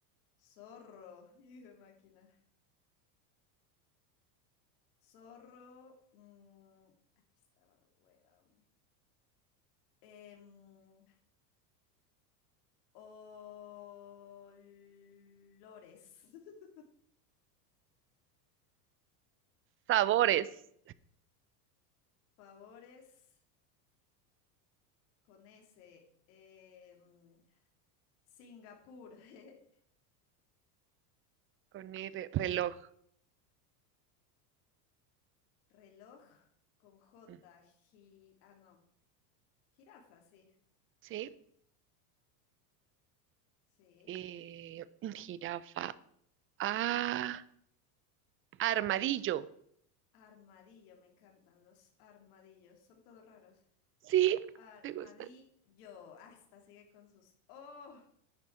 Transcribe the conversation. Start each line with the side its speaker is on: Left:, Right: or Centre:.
Left: zorro, hijo de máquina. Zorro, mm, ah, estaba hueva, hombre. Em, olores, <laughs>
Right: Sabores.
Left: favores. con ese. eh, mm, Singapur, <laughs>
Right: Con R, reloj.
Left: reloj con J,
Right: mm,
Left: gi- ah, no, jirafa, sí,
Right: ¿Sí?
Left: sí.
Right: Eh, jirafa. Ah, armadillo.
Left: Armadillo, me encantan los armadillos, son todos raros.
Right: Sí,
Left: Armadillo,
Right: ¿te gustan?
Left: hasta sigue con sus... Oh,